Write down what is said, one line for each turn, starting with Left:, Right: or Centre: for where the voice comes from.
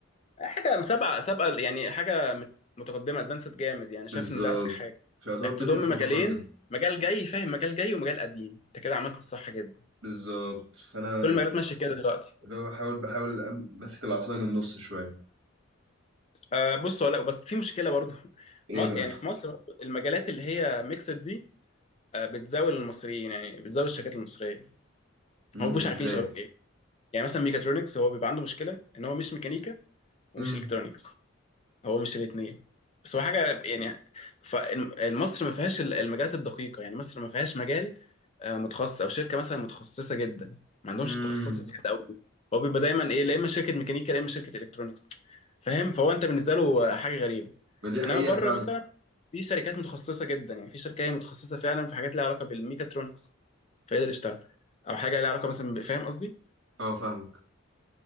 Left: حاجه سابقه سابقه يعني حاجه مت- متقدمه ادفانسد جامد يعني شايف
Right: بالظبط
Left: ان ده اذكى حاجه
Right: فيعتبر
Left: انك
Right: بزنس
Left: تضم
Right: متقدم
Left: مجالين مجال جاي فاهم مجال جاي ومجال قديم انت كده عملت الصح جدا
Right: بالظبط فانا
Left: كل المجالات ماشيه كده دلوقتي
Right: لو احاول بحاول أم- ماسك العصايه من النص شويه
Left: آه بص ولا بس في مشكله برضو <laughs>
Right: ايه
Left: ما
Right: بقى
Left: يعني في مصر برضو المجالات اللي هي ميكسد دي آه بتزاول المصريين يعني بتزاول الشركات المصريه
Right: امم
Left: هم مش
Right: ازاي
Left: عارفين يشغلوك يعني مثلا ميكاترونكس هو بيبقى عنده مشكله ان هو مش ميكانيكا ومش
Right: امم
Left: الكترونكس هو مش الاثنين بس هو حاجه يعني فمصر ما فيهاش ال- المجالات الدقيقه يعني مصر ما فيهاش مجال آه، متخصص او شركه مثلا متخصصه جدا ما عندهمش
Right: امم
Left: التخصصات الزياده قوي دي. هو بيبقى دايما ايه لا اما شركه ميكانيكا لا اما شركه الكترونكس فاهم فهو انت بالنسبه له آه، حاجه غريبه
Right: ما دي حقيقة
Left: انما بره
Right: فعلا
Left: مثلا في شركات متخصصه جدا يعني في شركه هي متخصصه فعلا في حاجات لها علاقه بالميكاترونكس فيقدر يشتغل او حاجه لها علاقه مثلا ب- فاهم قصدي
Right: اه فاهمك